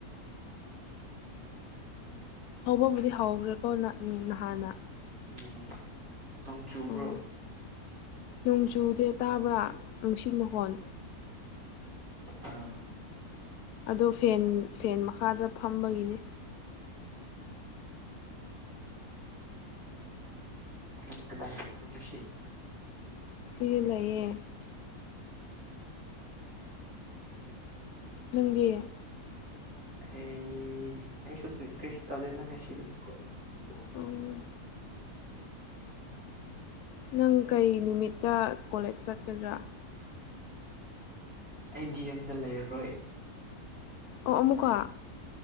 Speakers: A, on the left; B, on the right.
A: ꯍꯧꯕꯕꯨꯗꯤ ꯍꯧꯈ꯭ꯔꯦꯀꯣ ꯅꯍꯥꯟꯅ
B: ꯎꯝ ꯅꯣꯡ ꯆꯨꯕ꯭ꯔꯣ
A: ꯑꯣ ꯅꯣꯡꯖꯨꯗꯦ ꯇꯥꯕ꯭ꯔꯥ ꯅꯨꯡꯁꯤꯠ ꯃꯈꯣꯟ
B: ꯑꯥ
A: ꯑꯗꯣ ꯐꯦꯟ ꯐꯦꯟ ꯃꯈꯥꯗ ꯐꯝꯕꯒꯤꯅꯤ
B: <unintelligible>
A: ꯁꯤ ꯂꯩꯌꯦ ꯅꯪꯒꯤ
B: ꯑꯦ ꯑꯩꯁꯨꯔꯤ ꯀ꯭ꯔꯤꯁ ꯇꯧꯗꯦꯗ ꯉꯥꯁꯤ <unintelligible>
A: ꯎꯝ ꯅꯪ ꯀꯩ ꯅꯨꯃꯤꯠꯇ ꯀꯣꯂꯦꯖ ꯆꯠꯀꯗ꯭ꯔꯥ
B: ꯑꯩ ꯗꯤ ꯑꯦꯝꯗ ꯂꯩꯔꯔꯣꯏ
A: ꯑꯣ ꯑꯃꯨꯛꯀ